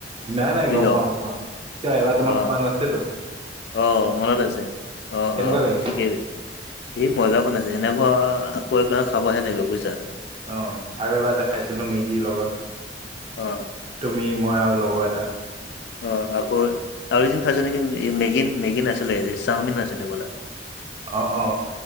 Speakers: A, on the right; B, on the left.
A: নাই নাই
B: প্ৰিয়
A: গম পাওঁ তোমাক। কিয় এবাৰ তোমাক
B: অ
A: খোৱা নাছিলো।
B: অ মনত আছে অ
A: কেনেকুৱা
B: অ
A: লাগিছে
B: ঠিকেই সি মজা বনাইছে। সেনেকুৱা আকৌ এবাৰ খাবহে লাগিব বুজিছা।
A: অ আৰু এবাৰ যে খাইছিলো মেগীৰ লগত।
B: অ।
A: তুমি, মই আৰু লগৰ এটা।
B: অ আকৌ আৰু এদিন খাইছো নেকি, মেগী মেগী নাছিলে চাওমিন আছিলে হবলা।
A: অ অ।